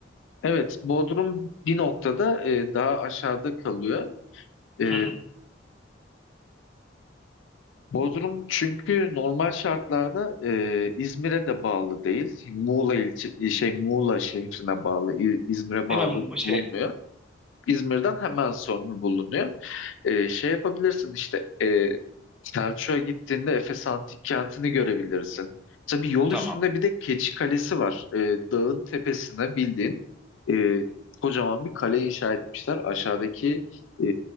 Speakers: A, on the left; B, in the centre.
A: Evet, Bodrum bir noktada e, daha aşağıda kalıyor. E,
B: <laughs>
A: Bodrum çünkü normal şartlarda e, İzmir'e de bağlı değil. Muğla ilçe, şey Muğla şehrine bağlı, İ- İzmir'e bağlı
B: Hemen şey
A: bulunmuyor. İzmir'den hemen sonra bulunuyor. E, şey yapabilirsin işte e, Selçuk'a gittiğinde Efes Antik Kenti'ni görebilirsin. Tabii yol
B: tamam.
A: üstünde bir de Keçi Kalesi var. E, dağın tepesine bildiğin e, kocaman bir kale inşa etmişler. Aşağıdaki e,